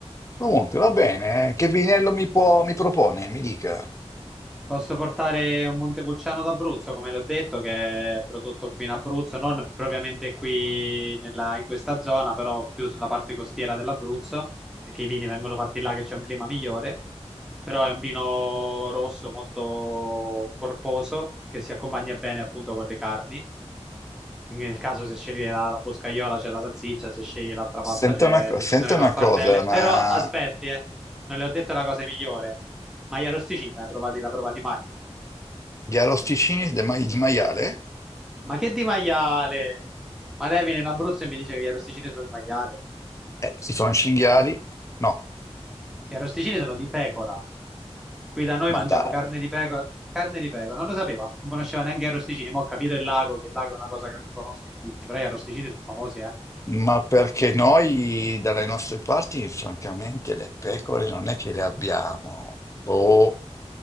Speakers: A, on the left (about 25°); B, in the centre.
A: Comunque, va bene. eh. Che vinello mi può- mi propone? Mi dica.
B: Posso portare un Montepulciano d'Abruzzo, come l'ho detto, che è prodotto qui in Abruzzo, non propriamente qui nella- in questa zona, però più sulla parte costiera dell'Abruzzo, perché i vini vengono fatti là che c'è un clima migliore. Però è un vino rosso molto corposo che si accompagna bene appunto con le carni. Quindi Nel caso se scegli la, la boscaiola c'è la salsiccia, se scegli l'altra pasta
A: Senta
B: c'è,
A: una, co- senta
B: ci sono le pappardelle.
A: una cosa, ma
B: Però aspetti, eh, non le ho detto la cosa migliore. Maglia Rosticini, l'hai provati, l'ha provati mai?
A: gli arrosticini del ma- di maiale?
B: Ma che di maiale? Ma lei viene in Abruzzo e mi dice che gli arrosticini sono di maiale.
A: Eh, si sono cinghiali? No,
B: Gli arrosticini sono di pecora. Qui da noi
A: ma
B: mangiamo
A: dai.
B: carne di pecora. Carne di pecora, non lo sapeva, non conosceva neanche gli arrosticini. Ma ho capito il lago, che il lago è una cosa che non conoscono tutti, però gli arrosticini sono famosi, eh.
A: Ma perché noi dalle nostre parti, francamente, le pecore non è che le abbiamo. Boh.